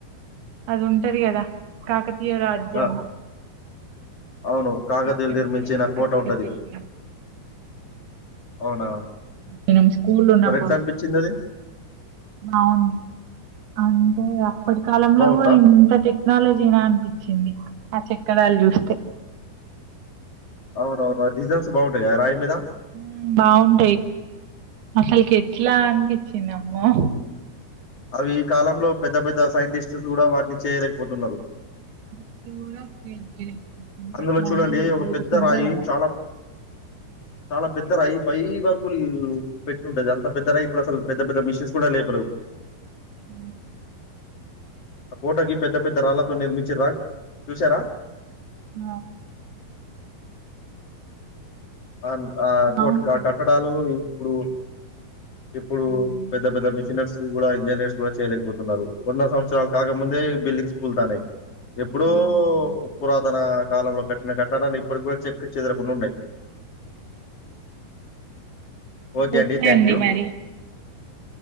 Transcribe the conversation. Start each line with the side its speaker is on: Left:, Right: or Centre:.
Right: అది ఉంటది కదా కాకతి తీయ రాజ్యం
Left: ఆ! అవును కాకతీయులు
Right: అక్కడికి
Left: నిర్మించిన
Right: వెళ్ళి
Left: కోట
Right: అక్కడికి
Left: ఉంటది
Right: వెళ్ళినాం
Left: అవునా
Right: మనం స్కూల్ ఉన్నప్పుడు
Left: మరెట్లా అనిపిచ్చిందది?
Right: బాగుంది అ <unintelligible> ఈ కాలంలో
Left: బావుందా?
Right: కూడా ఇంత టెక్నాలజీనా అనిపించింది ఆ చెక్కడాలు చూస్తే
Left: అవునువును డిజన్స్ బాగుంటాయ్ రాై మీదా
Right: ఆ బాగుంటాయి అసలుకి ఎట్లా అనిపించిందమ్మో
Left: అవి ఈ కాలంలో పెద్ద పెద్ద సైంటిస్టులు కూడా వాటిని చేయలేకపోతున్నారు
Right: సైన్సిటీస్ట్ లు కూడా క్రియేట్ చేయలేకపోతున్నా
Left: అందులో
Right: అట్లాంటిది
Left: చూడండి
Right: ఎట్లా
Left: ఒక పెద్ద
Right: చేసిందో
Left: రాయి
Right: ఏమో
Left: చాలా చాలా పెద్దరాయి పై వరకు పెట్టి ఉంటాది అంత పెద్ద రాయి ఇప్పుడు అసలు పెద్ద పెద్ద మిషిన్స్ కూడా లేపలే
Right: అ
Left: కోటకి పెద్ద పెద్ద రాళ్ళతో నిర్మించ్రా చూసారా
Right: ఆ
Left: ఆ ఆ
Right: బావుంటది.
Left: కొట్ ఆ కట్టడాలు ఇప్పుడు ఇప్పుడు
Right: హ్మ్.
Left: పెద్ద పెద్ద మిషినర్స్ కూడా ఇంజనీర్స్ కూడా చేయలేకపోతున్నారు వంద సంవత్సరాలు కాకముందే బిల్డింగ్స్ కూల్తానాయి ఎప్పుడుూ
Right: హ్మ్. ఆ!
Left: పురాతన కాలంలో కట్న కట్టడాలు ఇప్పటి కూడా చెక్ చెదరకుండా ఉన్నాయి ఓకే
Right: అ ఒకే
Left: థ్యాంక్
Right: అండి
Left: యూ.
Right: మరి